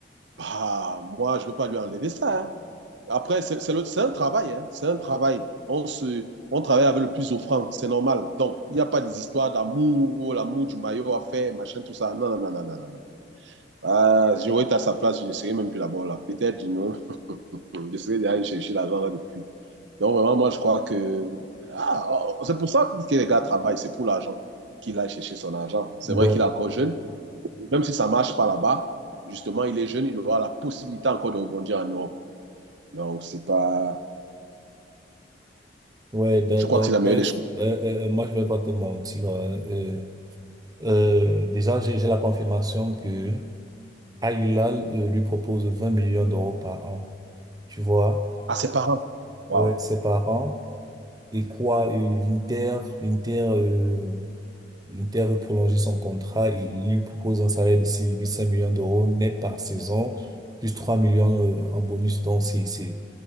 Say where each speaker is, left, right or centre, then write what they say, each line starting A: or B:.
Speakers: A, on the right (about 90°); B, on the right (about 20°).
A: bah, moi, je ne veux pas lui enlever ça. hein. Après, c'est c'est le- c'est un travail, hein, c'est un travail. On se, on travaille avec le plus offrant, c'est normal. Donc, il n'y a pas des histoires d'amour, oh, l'amour du maillot à faire, machin, tout ça. Non, non, non, non, non, non. non. Ah, j'aurais été à sa place, je ne serais même plus là-bas, là. Peut-être, je <laughs> me- je serais d'aller chercher l'argent là depuis. Donc, vraiment, moi, je crois que. Ah, oh, c'est pour ça que les gars travaillent, c'est pour l'argent qu'il aille chercher son argent. C'est
B: <laughs> Ouais.
A: vrai qu'il est encore jeune. Même si ça ne marche pas là-bas, justement, il est jeune, il aura la possibilité encore de rebondir en Europe. Donc, c'est pas.
B: Ouais, de,
A: Je
B: de-
A: crois que c'est la
B: bref,
A: meilleure des choses.
B: euh, euh, euh, moi je vais pas te mentir. hein, euh, euh, déjà, j'ai j'ai la confirmation que Al Hilal euh, lui propose 20 millions d'euros par an. Tu vois?
A: Ah, ses parents. Waouh.
B: Ouais, ses parents. Et quoi, euh, l'Inter, l'Inter, euh, l'Inter veut prolonger son contrat. et Il lui propose un salaire de 6,5 millions d'euros net par saison, plus 3 millions euh, en bonus. Donc, c'est, c'est,